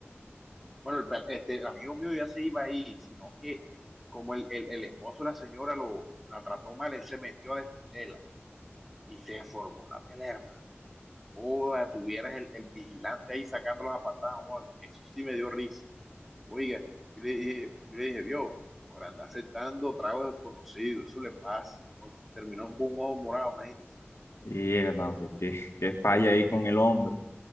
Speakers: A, in the centre; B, on the left.
A: Bueno, el, pe- este, el amigo mío ya se iba ahí, sino que como el, el, el esposo de la señora lo, la trató mal, él se metió a defenderla y se formó la pelea, hermano. Oda, tuvieras el, el vigilante ahí sacando los apartados, eso sí me dio risa. Oiga, yo le dije, yo le dije, vio, por andar aceptando tragos desconocidos, eso le pasa. Entonces terminó con un ojo morado, imagínese.
B: Y, hermano, hombre, qué, qué falla ahí con el hombre.